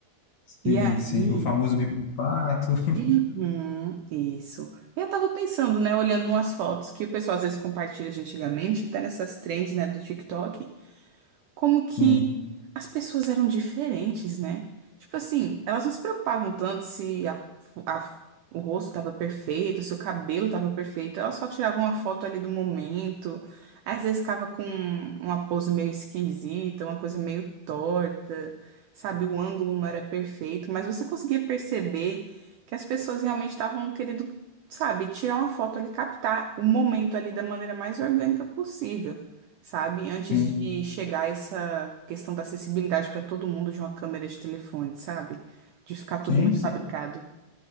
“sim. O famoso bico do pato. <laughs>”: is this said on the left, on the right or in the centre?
Left